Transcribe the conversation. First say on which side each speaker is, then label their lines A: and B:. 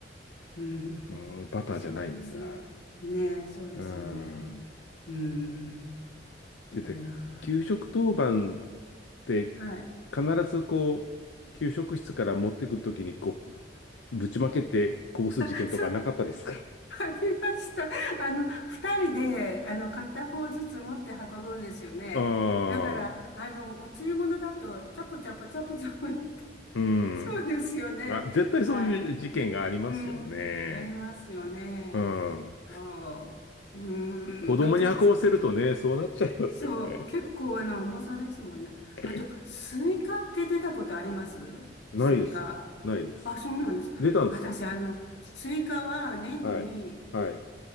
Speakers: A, on the left; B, on the left.
A: うん。
B: うん、バターじゃないんだ。
A: そうですね。ねえ、そうですよね。
B: うん。
A: うん。
B: で、
A: いやー。
B: 給食当番って
A: はい。
B: 必ずこう、給食室から持ってくるときにこう、ぶちまけてこぼす事件とかなかったですか
A: <laughs> そうありました。あの、二人で、あの、片方ずつ持って運ぶんですよね。
B: <laughs> ああ、
A: だから、あの、おつゆものだと、チャポチャポチャポチャポ、<laughs>
B: うん。
A: そうですよね。
B: あ、絶対そういう事件がありますよね。
A: はい。うん、ありますよね。
B: うん。
A: そう。うん、
B: 子供に運ばせるとね、
A: なんか、
B: そうなっちゃいますよね。
A: そう、結構、あの、重さですもんね。
B: <laughs>
A: あと、スイカって出たことありますスイカ。
B: ないです。ないです。
A: あ、そうなんですか。
B: 出たんですか
A: 私、あの、スイカは年に、
B: はい。はい。